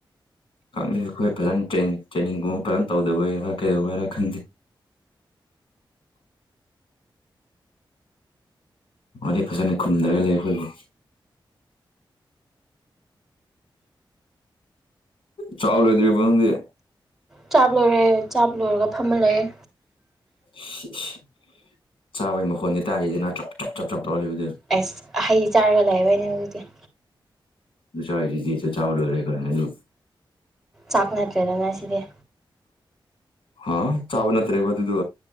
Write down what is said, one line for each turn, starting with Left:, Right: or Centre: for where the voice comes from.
Left: ꯈꯪꯗꯦ ꯑꯩꯈꯣꯏ ꯐꯖꯅ ꯇ꯭ꯔꯦ ꯇ꯭ꯔꯦꯟꯅꯤꯡꯒꯨꯝꯕ ꯐꯖꯅ ꯇꯧꯗꯕꯩꯔꯥ ꯀꯩꯗꯧꯕꯒꯤꯔꯥ ꯈꯪꯗꯦ <inaudible> ꯋꯥꯔꯤ ꯐꯖꯅ ꯈꯨꯝꯅꯔꯒ ꯂꯩ ꯑꯩꯈꯣꯏꯕꯨ ꯆꯥꯛ ꯂꯣꯏꯗꯔꯤꯕ ꯅꯪꯗꯤ
Centre: ꯆꯥꯕ ꯂꯣꯏꯔꯦ ꯆꯥꯕ ꯂꯣꯏꯔꯒ ꯐꯝꯃ ꯂꯩꯌꯦ
Left: ꯏꯁ ꯏꯁ ꯆꯥꯕꯒꯤ ꯃꯈꯣꯟꯗꯤ ꯇꯥꯔꯤꯗꯅ ꯆꯞ ꯆꯞ ꯆꯞ ꯆꯞ ꯇꯧꯔꯂꯩꯕꯗꯨ
Centre: ꯑꯁ ꯍꯩ ꯆꯥꯔꯒ ꯂꯩꯌꯦꯕꯩꯅꯦ ꯍꯧꯖꯤꯛꯇꯤ
Left: ꯑꯗꯨ ꯆꯥꯏꯗꯨꯗꯤ ꯆꯥꯛ ꯆꯥꯕ ꯂꯣꯏꯔꯦ ꯀꯥꯏꯟ ꯍꯥꯏꯅꯣ
Centre: ꯆꯥꯛ ꯅꯠꯇ꯭ꯔꯦꯗꯅ ꯁꯤꯗꯤ
Left: ꯍꯥ ꯆꯥꯕ ꯅꯠꯇ꯭ꯔꯦꯕ ꯗꯨꯗꯨ